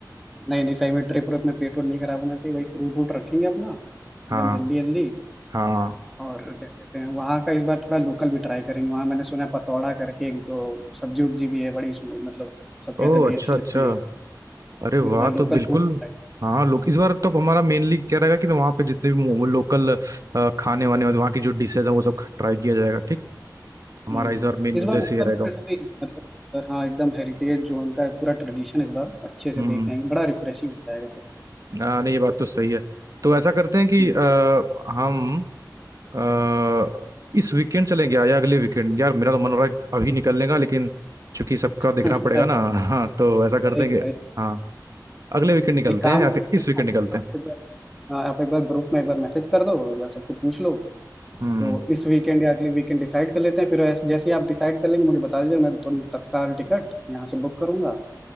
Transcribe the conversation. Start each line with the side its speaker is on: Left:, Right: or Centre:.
Centre: नहीं नहीं सही में ट्रिप पर अपना पेट और नहीं खराब होना चाहिए वही फ्रूट वूट रखेंगे अपना
Right: हाँ
Centre: एकदम हेल्दी हेल्दी
Right: हाँ
Centre: और क्या कहते हैं वहाँ का इस बार थोड़ा लोकल भी ट्राई करेंगे वहाँ मैंने सुना है पतौड़ा करके एक तो सब्जी उब्जी भी है बड़ी सुनो मतलब सब कहते
Right: ओह
Centre: हैं बड़ी
Right: अच्छा
Centre: अच्छी लगती
Right: अच्छा
Centre: है
Right: अरे वाह
Centre: इस बार लोकल
Right: तो बिल्कुल
Centre: फूड ट्राई
Right: हाँ लोग इस बार तो हमारा मेनली क्या रहेगा कि वहाँ पे जितने भी लोकल खाने वाने और वहाँ की जो डिशेज है वो सब ट्राई किया जाएगा ठीक हमारा
Centre: हम्म हम्म।
Right: इस बार मेन
Centre: इस
Right: उद्देश्य
Centre: बार ऊपर
Right: ये रहेगा
Centre: ऊपर से नहीं मतलब पर हाँ एकदम हेरिटेज जो उनका है, पूरा ट्रेडिशन इस बार अच्छे से
Right: हम्म
Centre: देख के आएंगे बड़ा रिफ्रेशिंग हो जाएगा तब
Right: आ, नहीं ये बात तो सही है तो ऐसा करते हैं कि
Centre: हम्म।
Right: आ, हम आ, इस वीकेंड चलेंगे या या अगले वीकेंड यार मेरा तो मन हो रहा है अभी निकलने का लेकिन चूंकि सबका
Centre: <laughs>
Right: देखना पड़ेगा
Centre: अरे
Right: ना <laughs> हाँ तो ऐसा करते
Centre: भाई भाई
Right: हैं कि हाँ अगले वीकेंड निकलते
Centre: एक काम
Right: हैं या
Centre: करते
Right: फिर इस
Centre: हैं
Right: वीकेंड
Centre: ना
Right: निकलते
Centre: आप
Right: हैं
Centre: एक बार हाँ, आप एक बार ग्रुप में एक बार मैसेज कर दो एक बार सबको पूछ लो
Right: हम्म
Centre: तो इस वीकेंड या अगले वीकेंड डिसाइड कर लेते हैं फिर ऐसे- जैसे ही आप डिसाइड कर लेंगे मुझे बता दीजिएगा मैं तुरंत तत्काल टिकट यहाँ से बुक करूंगा